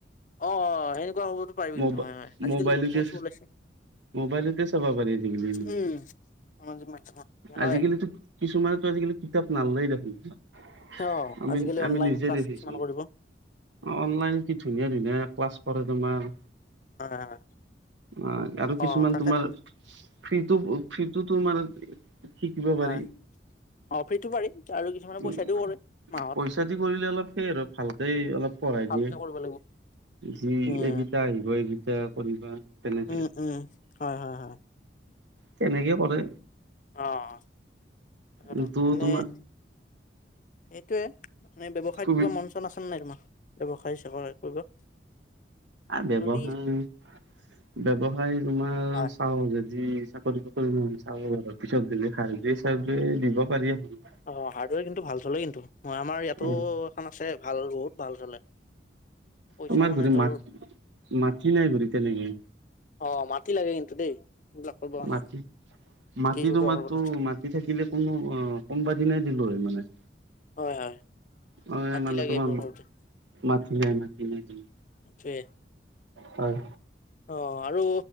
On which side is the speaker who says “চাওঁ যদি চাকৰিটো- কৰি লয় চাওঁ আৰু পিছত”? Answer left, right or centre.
Right